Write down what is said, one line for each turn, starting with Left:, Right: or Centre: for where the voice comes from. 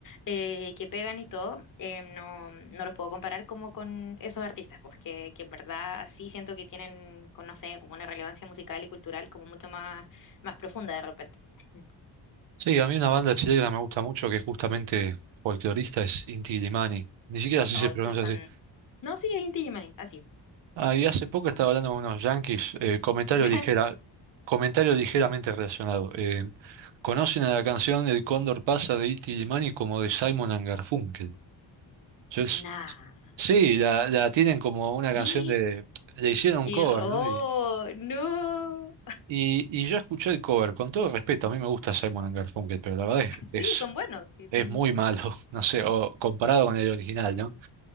Left: eh, que pegan y todo, em, no, no los puedo comparar como con esos artistas, pues que, que en verdad sí siento que tienen, con, no sé, como una relevancia musical y cultural como mucho más, más profunda de repente. <laughs>
Right: Sí, a mí una banda chilena me gusta mucho que es justamente folclorista es Inti Illimani. Ni siquiera sé si
Left: Ay,
Right: se pronuncia
Left: sí, son...
Right: así.
Left: No, sí, es Inti Illimani, así.
Right: Ah, y hace poco estaba hablando con unos yanquis, eh, comentario
Left: <laughs> ¿Ya?
Right: ligera, comentario ligeramente relacionado. Eh, conocen a la canción El Cóndor pasa de Inti Illimani como de Simon and Garfunkel. Yo es-
Left: Nah.
Right: sí, la, la tienen como una canción
Left: <gasps>
Right: de... Le hicieron
Left: ¡Qué
Right: un cover,
Left: horror!
Right: ¿no? Y,
Left: ¡No!
Right: y, y yo escuché el cover, con todo respeto, a mí me gusta Simon and Garfunkel, pero la verdad es,
Left: Sí, son buenos, sí, son...
Right: es muy malo, <laughs> no sé, o comparado con el original, ¿no?